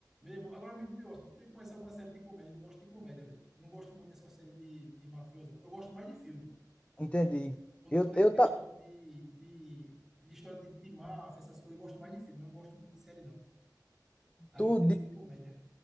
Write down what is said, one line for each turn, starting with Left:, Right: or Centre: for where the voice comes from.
Centre: Mesmo, agora me diz um negócio. Tu conhece alguma série de comédia? Eu gosto de comédia, velho. Eu Não gosto muito dessa série de, de mafioso, não. Eu gosto mais de filme.
Left: entendi.
Centre: Quando,
Left: Eu,
Centre: quando é
Left: eu
Centre: questão
Left: tá,
Centre: de, de, de história de, de máfia, essas coisas, eu gosto mais de filme. Eu não gosto muito de série, não. Agora
Left: tu,
Centre: eu queria
Left: di-
Centre: uma de comédia.